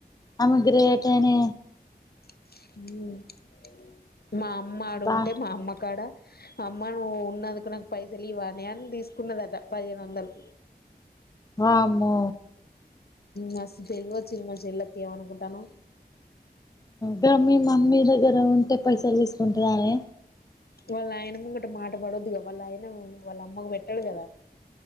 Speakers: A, on the left (about 25°); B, on the left (about 70°).
A: ఆమగ్రటనే
B: <unintelligible> మా అమ్మ ఆడు
A: బా
B: ఉంటే మా అమ్మ కాడ అమ్మా నువ్వు ఉన్నందుకు నాకు పైస లీవ్ అనే అని తీసుకున్నదట పదిహేను వందలు
A: మము
B: మస్తు తెలివ వచ్చింది మ చెల్లకి ఏమనుకుంటాను
A: మ్ మీ మమ్మీ దగ్గర ఉంటే పైసలు తీసుకుంటుద అనే
B: వాళ్ళ ఆయన ముంగట మాట పడద్ వాళ్ళ ఆయన వాళ్ళ అమ్మకు పెట్టడు కదా